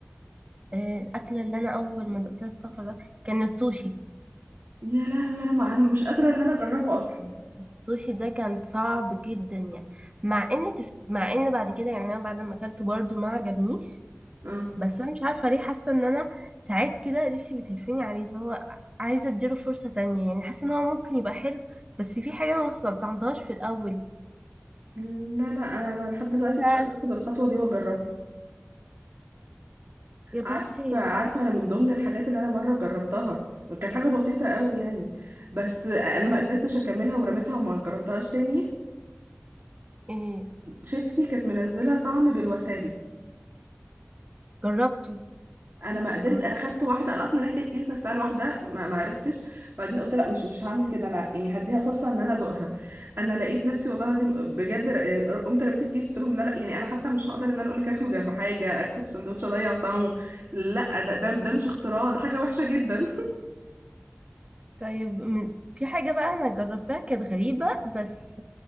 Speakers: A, on the right; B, on the right.
A: آه، الأكلة اللي أنا أول ما دقتها استغفر الله كان السوشي
B: يا لهوي انا ما انا مش قادره ان انا اجربه اصلا
A: السوشي ده كان صعب جدا يعني مع ان تف... مع ان بعد كده يعني انا بعد ما اكلته برضو ما عجبنيش
B: اه
A: بس انا مش عارفه ليه حاسه ان انا ساعات كده نفسي بتهفني عليه اللي هو عايزه اديله فرصه تانية يعني حاسه ان هو ممكن يبقى حلو بس في حاجه انا ما استلطعمتهاش في الاول
B: لا لا انا انا لحد دلوقتي
A: مش
B: مش
A: عارف
B: قادره اخد الخطوه دي واجربها
A: يا بنتي
B: عارفه عارفه انا من ضمن الحاجات اللي انا مره جربتها وكانت حاجه بسيطه قوي يعني بس انا ما قدرتش اكملها ورميتها وما جربتها تاني
A: ايه
B: شيبسي كانت منزله طعم بالوسابي
A: جربته
B: انا ما قدرت
A: جربت
B: انا خدت واحده انا اصلا ريحه الكيس نفسها لوحدها ما ما عرفتش بعدين قلت لا مش مش هعمل كده انا يعني هديها فرصه ان انا ادوقها انا لقيت نفسي والله العظيم بجد ر- قمت رميت الكيس قلت لهم لا لا يعني انا حتى مش هقدر ان انا اقول لك اكله جنب حاجه اكله في سندوتش اضيع طعمه لا ده ده ده مش اختراع ده حاجه وحشه جدا
A: طيب من... في حاجه بقى انا جربتها كانت غريبه بس